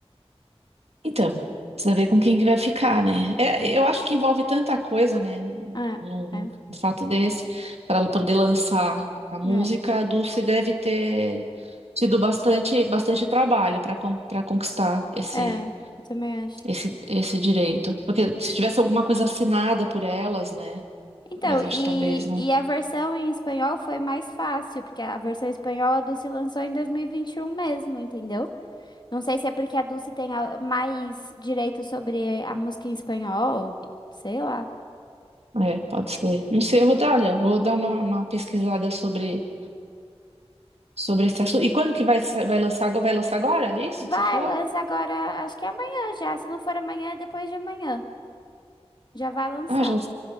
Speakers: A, on the right; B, on the left.
A: Então, precisa ver com quem que vai ficar, né? É,
B: Hum.
A: eu acho que envolve tanta coisa, né?
B: É,
A: Num
B: é,
A: fato desse, para ela poder lançar a música,
B: é,
A: a Dulce deve ter tido bastante, bastante trabalho para para conquistar esse,
B: é, eu também acho.
A: esse, esse direito. Porque se tivesse alguma coisa assinada por elas, né?
B: Então,
A: Mas
B: e,
A: acho que talvez não.
B: e a versão em espanhol foi mais fácil, porque a versão em espanhol a Dulce lançou em 2021 mesmo, entendeu? Não sei se é porque a Dulce tem a- mais direito sobre a música em espanhol, sei lá.
A: É, pode ser. Não sei, eu vou dar, olha, vou dar uma uma pesquisada sobre sobre esse assunto. E quando que vai, sa- vai lançar, agora- vai lançar agora? É isso
B: Vai,
A: que você falou?
B: lança agora, acho que é amanhã já. Se não for amanhã, é depois de amanhã. Já vai lançar.
A: Ah, já,